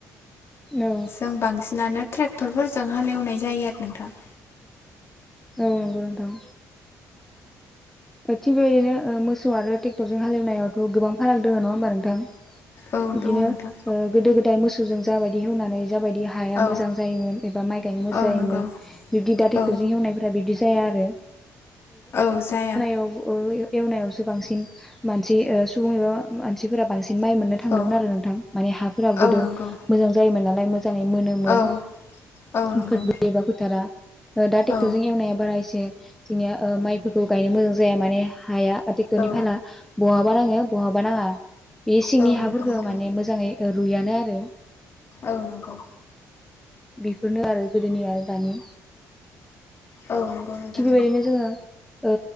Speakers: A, in the centre; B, on the left (about 45°).
A: औ
B: जों बांसिनानो ट्रेक्टरफोरजों हाल एवनाय जायो आरो नोंथां।
A: औ नंगौ नोंथां। थिग बेबायदिनो ओ मोसौ आरो ट्रेक्टरजों हाल एवनायावथ' गोबां फाराग दङ नङा होमबा नों थां
B: आरो
A: बिदिनो
B: नोंथां
A: ओ गोदो गोदाय मोसौजों जा बायदि एवनानै जा बायदि हाया
B: औ दङ नोंथां औ
A: मोजां जायोन एबा माइ गायनो मोजां
B: औ
A: जायोमोन
B: नंगौ
A: बिदि दा ट्रेक्टरजों
B: औ
A: एवनायफोरा बिदि जाया आरो।
B: औ जाया।
A: औ ओ ए-एवनायावसो बांसिन मानसि ओ सुबुं एबा मानसिफोरा बांसिन माइ मोननो थांदोंमोन
B: औ
A: आरो नोंथां माने हाफोराबो गोदो
B: औ नंगौ
A: मोजां जायोमोन नालाय मो जांयै मोनोमोन
B: औ औ
A: <unintelligible>
B: नंगौ
A: बो एबा फोथारा। ओ दा ट्रेक्टर
B: औ
A: जों एवनाया बारा इसे जोंनिया ओ माइफोर खौ गायनो मोजां जाया माने हाया ओ ट्रेक्टरनि
B: औ
A: फाला बहाबा नाङो बहाबा नाङा। बे सिंनि
B: औ नंगौ
A: हाफोरखो
B: नोंथां
A: माने मोजाङै रुइयानो आरो।
B: औ नंगौ
A: बेफोरनो आरो गोदोनि आरो दानि।
B: औ नंगौ नोंथां
A: थिग बेबायदिनो जोङो ओ